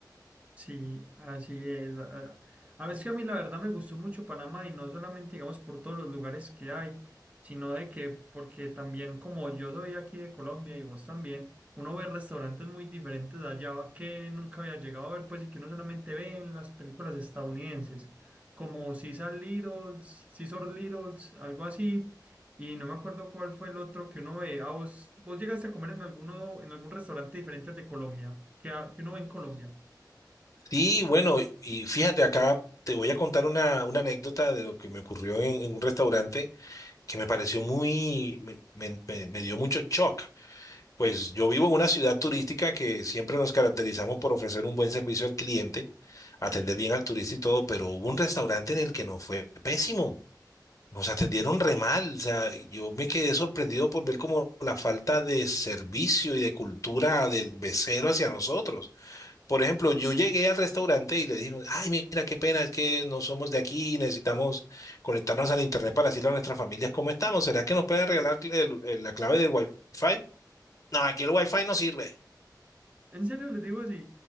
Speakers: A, on the right; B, on the left.
A: Sí, así es. A a veces que a mí la verdad me gustó mucho Panamá y no solamente, digamos, por todos los lugares que hay, sino de que, porque también como yo soy aquí de Colombia y vos también, uno ve restaurantes muy diferentes de allá que nunca había llegado a ver, pues, y que uno solamente ve en las películas estadounidenses, como Cesar Littles, Cesar Littles, algo así, y no me acuerdo cuál fue el otro que uno ve. ¿A vos, vos llegaste a comer en alguno, en algún restaurante diferente al de Colombia, que, a- que uno ve en Colombia?
B: Sí, bueno, y fíjate acá, te voy a contar una, una anécdota de lo que me ocurrió en, en un restaurante que me pareció muy, me, me- me- me dio mucho shock. Pues yo vivo en una ciudad turística que siempre nos caracterizamos por ofrecer un buen servicio al cliente. atender
A: Sí.
B: bien al turista y todo, pero hubo un restaurante en el que nos fue pésimo. Nos atendieron re mal, o sea, yo me quedé sorprendido por ver como la falta de servicio y de cultura del mesero hacia nosotros. Por ejemplo, yo llegué al restaurante y le dije, ay, mira, qué pena, es que no somos de aquí, y necesitamos conectarnos al internet para decirle a nuestras familias cómo estamos. ¿Será que nos pueden regalar cl- el- el- la clave del Wi-Fi? No, aquí el Wi-Fi no sirve.
A: En serio les digo así.